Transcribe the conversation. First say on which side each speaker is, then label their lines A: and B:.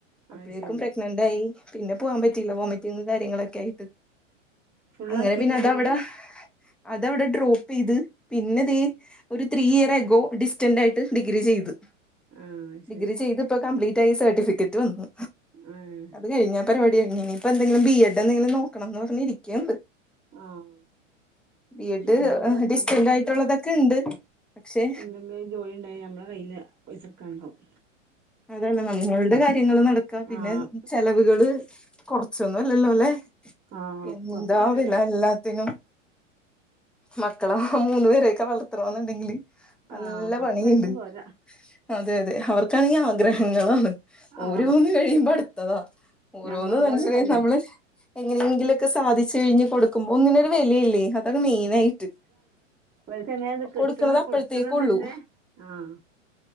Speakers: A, in the centre; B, on the right.
A: അപ്പഴേക്കും
B: അത് ശരി
A: പ്രഗ്നന്റായി പിന്നെ പോവാൻ പറ്റിയില്ല വോമിറ്റിങും കാര്യങ്ങളൊക്കെ ആയിട്ട്
B: ഫുള്ളാക്കിയില്ല
A: അങ്ങനെ പിന്നെ അതവ്ടെ
B: ഡിഗ്രി
A: അതവ്ടെ ഡ്രോപ്പെയ്ത് പിന്നെ ദേ ഒരു ത്രീ ഇയർ എഗോ ഡിസ്റ്റന്റായിട്ട് ഡിഗ്രി ചെയ്ത്
B: ആഹ് അത് ശരി
A: ഡിഗ്രി ചെയ്ത്പ്പോ കംപ്ലീറ്റായി സർട്ടിഫിക്കറ്റ് വന്നു
B: ഉം
A: അത് കഴിഞ്ഞ് ആ പരിപാടി കഴിഞ്ഞ് ഇനിയിപ്പന്തെങ്കിലും ബി എഡ് എന്തെങ്കിലും നോക്കണംന്ന് പറഞ്ഞ് ഇരിക്ക്ണ്ട്
B: ആഹ്
A: ബി എഡ്
B: ഞമ്മക്ക്
A: ഏഹ് ഡിസ്റ്റന്റായിട്ടുള്ളതൊക്കെ
B: ഞമ്മക്ക്
A: ഇണ്ട് പക്ഷേ
B: ന്തെങ്കിലും ജോലിണ്ടായ അമ്മളെ കയ്യില് പൈസട്ക്കാണ്ടാവും.
A: അതാണ് നമ്മള്ടെ കാര്യങ്ങള് നടക്കാ പിന്നെ
B: ആഹ്
A: ഉം ഉം ചെലവുകള് കൊറ സുന്നുംല്ലല്ലോ ല്ലെ
B: ആഹ്
A: എന്താവില
B: കൊറച്ച് നല്ല ചെ
A: എല്ലാത്തിനും. മക്കളെ മൂന്നു പേരൊക്കെ വളർത്തണോന്ന്ണ്ടെങ്കില് നല്ല
B: ആഹ് കൊറച്ച്
A: പണിയിണ്ട്
B: പൈസ പോരാ
A: അതെ അതെ അവർക്കാണെങ്കി ആഗ്രഹങ്ങളാണ്
B: ആഹ്
A: ഓരോന്ന് കഴിയുമ്പോ അട്ത്തതാ ഓരോന്ന്
B: ഞമ്മളെ പോലെന്നല്ലേ
A: <unintelligible> നമ്മള് എങ്ങനെങ്കിലൊക്കെ സാധിച്ചഴിഞ്ഞ് കൊടുക്കും ഒന്നിനൊരു വെലയില്ലേ അതാണ് മെയിനായിട്ട്
B: ഇവല്ക്കെങ്ങേത് കിട്ട്ണ്
A: കൊടുക്കണത് അപ്പോഴത്തേക്കുള്ളൂ
B: കൊടുക്ക്ണ്ന്ന്ല്ലെ ആഹ്